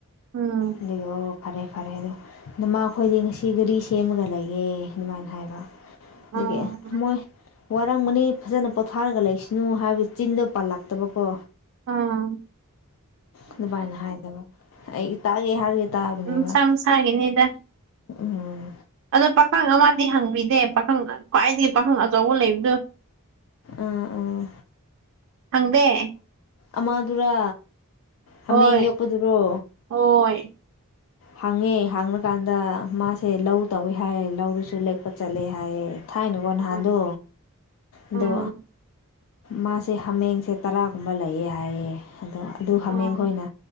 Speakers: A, on the right (about 60°); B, on the left (about 65°).
A: ꯎꯝ
B: ꯑꯗꯨ ꯑꯣ ꯐꯔꯦ ꯐꯔꯦ ꯑꯗꯣ ꯑꯗꯃꯈꯣꯏꯗꯤ ꯉꯁꯤ ꯒꯥꯔꯤ ꯁꯦꯝꯃꯒ ꯂꯩꯌꯦꯦ ꯑꯗꯨꯃꯥꯏꯅ ꯍꯥꯏꯕ ꯑꯗꯒꯤ
A: ꯑꯣ
B: ꯃꯣꯏ ꯋꯥꯔꯝꯒꯅꯤ ꯐꯖꯅ ꯄꯣꯊꯥꯔꯒ ꯂꯩꯁꯅꯨ ꯍꯥꯏꯕꯗꯤ ꯆꯤꯟꯗꯣ ꯄꯥꯜꯂꯛꯇꯕꯀꯣ
A: ꯑꯥ
B: ꯑꯗꯨꯃꯥꯏꯅ ꯍꯥꯏꯗꯕ ꯑꯩ ꯇꯥꯛꯒꯦ ꯍꯥꯏꯔꯒꯦ ꯇꯥꯕꯅꯦꯕ
A: ꯃꯁꯥ ꯃꯁꯥꯒꯤꯅꯤꯗ
B: ꯎꯝ
A: ꯑꯗꯣ ꯄꯥꯈꯪ ꯑꯃꯗꯤ ꯍꯪꯕꯤꯗꯦ ꯄꯥꯈꯪ ꯈ꯭ꯋꯥꯏꯗꯒꯤ ꯄꯥꯈꯪ ꯑꯆꯧꯕ ꯂꯩꯕꯗꯨꯣ
B: ꯑꯥ ꯑꯥ
A: ꯍꯪꯗꯦ
B: ꯑꯃꯗꯨꯔꯥ ꯍꯥꯃꯦꯡ
A: ꯍꯣꯏ
B: ꯌꯣꯛꯄꯗꯨꯔꯣ
A: ꯍꯣꯏ
B: ꯍꯥꯡꯉꯦ ꯍꯥꯡꯉꯀꯥꯟꯗ ꯃꯥꯁꯦ ꯂꯧ ꯇꯧꯏꯦ ꯍꯥꯏꯌꯦ ꯂꯧꯗꯨꯁꯨ ꯂꯦꯛꯄ ꯆꯠꯂꯦ ꯍꯥꯏꯌꯦꯦ ꯊꯥꯏꯅꯀꯣ
A: ꯎꯝ
B: ꯅꯍꯥꯟꯗꯣ ꯑꯗꯣ
A: ꯎꯝ
B: ꯃꯥꯁꯦ ꯍꯥꯃꯦꯡꯁꯦ ꯇꯔꯥꯒꯨꯝꯕ ꯂꯩꯌꯦꯦ ꯍꯥꯏꯌꯦꯦ ꯑꯗꯣ ꯑꯗꯨ ꯍꯥꯃꯦꯡ
A: ꯎꯝ
B: ꯈꯣꯏꯅ